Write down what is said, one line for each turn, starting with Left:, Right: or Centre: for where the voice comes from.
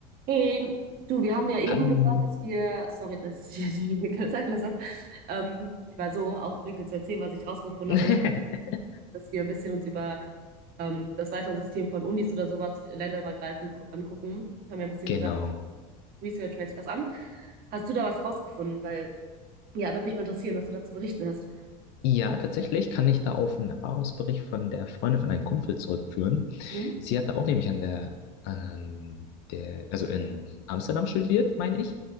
Right: Hey, du, wir haben ja eben
Left: Hallo.
Right: gesagt, dass wir, sorry, dass ich jetzt nicht Zeit gelassen habe. Ähm, ich war so aufgeregt, dir zu erzählen, was ich rausgefunden
Left: <laughs>
Right: habe. aber Wir haben, gesagt, dass wir ein bisschen uns über ähm, das weitere System von Unis oder sowas länderübergreifend gu- angucken. Haben wir ein bisschen
Left: Genau.
Right: gesagt, guck researchmäßig was an. Hast du da was rausgefunden? Weil, ja, würde mich mal interessieren, was du dazu berichten hast.
Left: Ja, tatsächlich kann ich da auf einen Erfahrungsbericht von der Freundin von einem Kumpel zurückführen.
Right: Hm?
Left: Sie hatte auch nämlich an der, an der, also in Amsterdam studiert, meine ich.